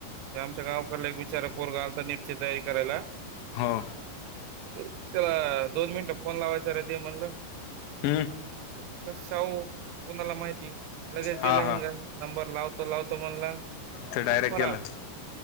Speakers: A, on the right; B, on the left.
A: ते आमच्या गावाकडला एक बिचारा पोरगा आलता नीटची तयारी करायला.
B: हो
A: त्याला दोन मिनटं फोन लावायचा रे दे म्हणलं.
B: हम्म
A: कसं सांगू कोणाला माहिती. लगेज दिला
B: हा हा
A: हेंगा नंबर लावतो लावतो म्हणला धूम
B: ते डायरेक्ट
A: फरार.
B: गेला